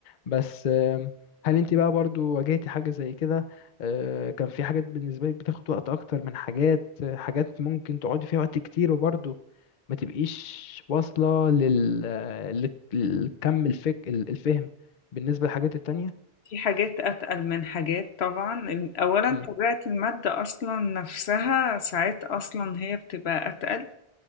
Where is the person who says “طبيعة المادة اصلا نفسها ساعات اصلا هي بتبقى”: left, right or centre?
Left